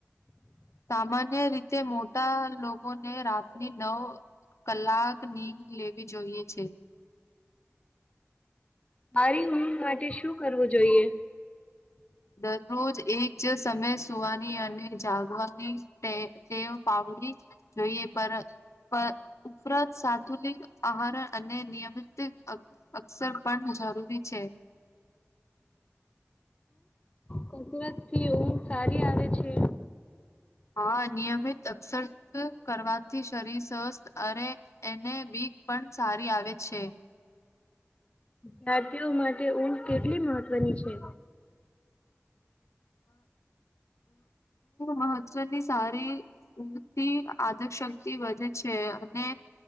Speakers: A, on the left (about 80°); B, on the left (about 25°).
A: સામાન્ય રીતે મોટા લોકોને રાતની નવ કલાક નીંદ લેવી જોઈએ છે.
B: સારી ઊઘ માટે શું કરવું જોઈએ?
A: દરરોજ એક જ સમય સુવાની અને જાગવાની ટેવ પાવડી જોઈએ, પર પર ઉપરાંત સાથુલિક આહાર અને નિયમિત અક્ષર પણ જરૂરી છે.
B: કસરત થી ઊઘ સારી આવે છે.
A: હા નિયમિત અક્ષર કરવાથી, શરીર સ્વસ્થ અને એને બીક પણ સારી આવે છે.
B: વિદ્યાર્તીયો માટે ઊંઘ કેટલી મહત્વની છે?
A: મહત્વની સારી ઊંઘથી આદરશક્તિ વધે છે અને,